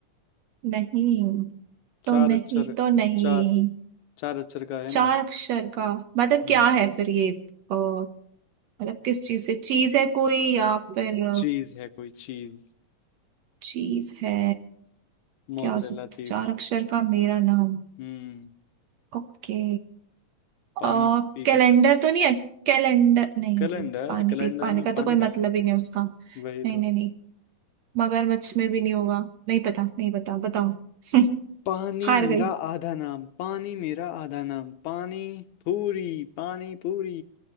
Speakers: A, on the right; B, on the left.
A: नहीं
B: चार
A: तो नहीं
B: अक्षर
A: तो नहीं
B: चार चार अक्षर का है
A: चार
B: नाम
A: अक्षर का मतलब
B: हम्म
A: क्या है फिर ये अ, मतलब किस चीज से चीज है कोई या फिर
B: चीज है कोई चीज
A: चीज है
B: Mozzarella
A: क्या हो सकता
B: cheese
A: है? चार अक्षर का मेरा नाम
B: हम्म
A: ओके
B: पानी
A: आ,
B: पी
A: कैलेंडर
B: कर खाते हैं।
A: तो नहीं है कैलेंडर नहीं
B: कैलेंडर
A: है पानी
B: कैलेंडर
A: पी पानी
B: में
A: का तो
B: पानी
A: कोई
B: कहाँ
A: मतलब ही नहीं है उसका
B: है वही
A: नहीं
B: तो
A: नहीं नहीं मगरमच्छ में भी नहीं होगा नहीं पता नहीं पता बताओ <laughs>
B: पानी
A: हार
B: मेरा
A: गई
B: आधा नाम पानी मेरा आधा नाम पानी पूरी पानी पूरी